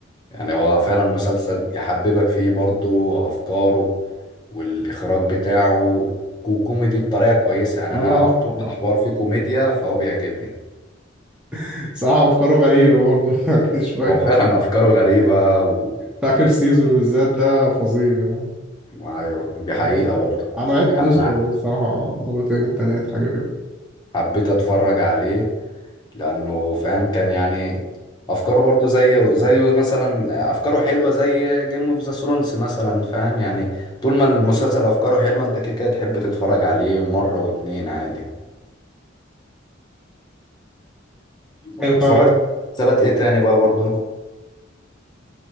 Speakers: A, on the left (about 20°); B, in the centre.
A: يعني هو فعلا مسلسل يحببك فيه برضو افكاره والاخراج بتاعه وكوميدي بطريقة كويسة يعني
B: اه
A: انا
B: لا عفو
A: طول ما
B: عفو.
A: الحوار فيه كوميديا فهو بيعجبني
B: <laughs> صراحه افكاره غريبه برضو <laughs> يعني شويه
A: هو فعلا <laughs> افكاره غريبة و
B: في اخر سيزون بالذات ده فظيع يعني.
A: ايوه دي
B: انا
A: حقيقة برضو
B: انا عدت
A: يعني
B: لوسيفر
A: انا
B: الصراحه مرتين تلات حاجه كده
A: حبيت اتفرج عليه لانه فاهم كان يعني افكاره برضه زي زي مثلا افكاره حلوه زي جيم اوف ذا ثرونز مثلا فاهم يعني طول ما المسلسل افكاره حلوه انت كده كده تحب تتفرج عليه مره واتنين عادي واتفرجت
B: ايوه فعلا
A: على مسلسلات ايه تاني بقى برضه